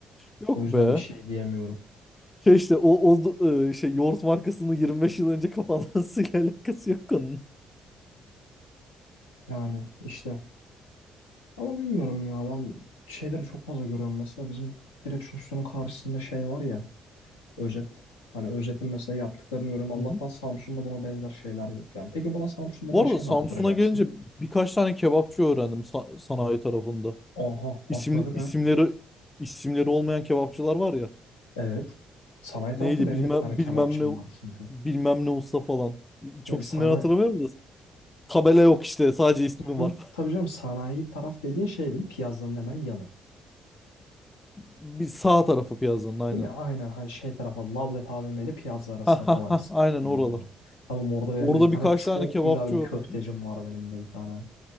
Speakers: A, on the left; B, on the left.
A: Yok
B: O yüzden
A: be.
B: bir şey diyemiyorum.
A: Şey işte o, o e, şey yoğurt markasının 25 yıl önce kapanmasıyla <laughs> alakası yok konunun.
B: Yani işte ama bilmiyorum ya ben şeyleri çok fazla görüyorum. Mesela bizim direkt sosyetenin karşısında şey var ya Özet. Hani Özet'in mesela yaptıklarını görüyorum. Allah'tan
A: Hı hı.
B: Samsun'da buna benzer şeyler yok yani. Peki bana Samsun'da
A: Bu
B: başka
A: arada Samsun'a
B: ne yaptıracaksın?
A: gelince birkaç tane kebapçı öğrendim sa- sanayi tarafında.
B: Oha.
A: İsim,
B: adları
A: isimleri
B: ne?
A: isimleri olmayan kebapçılar var ya.
B: Evet. Sanayi tarafta
A: Neydi
B: benim
A: bilmem
B: de bir tane kebapçım
A: bilmem ne
B: var çünkü.
A: bilmem ne usta falan. Çok
B: Ya sanayi...
A: isimleri hatırlamıyorum da. Tabela yok işte sadece ismi
B: Hı hı.
A: var. <laughs>
B: Tabii canım sanayi taraf dediğin şey değil mi? Piyazların hemen yanı.
A: Bir sağ tarafı piyazanın aynen.
B: Değil mi? Aynen hani şey tarafa Lavlet AVM ile Piyazza arasında
A: Ha ha
B: kalan
A: ha
B: kısım.
A: aynen
B: Tamam.
A: oralar.
B: Tamam orada benim
A: Orada
B: de bir tane
A: birkaç
B: çok
A: tane kebapçı
B: güzel bir
A: öğrendim.
B: köftecim var benim de bir tane.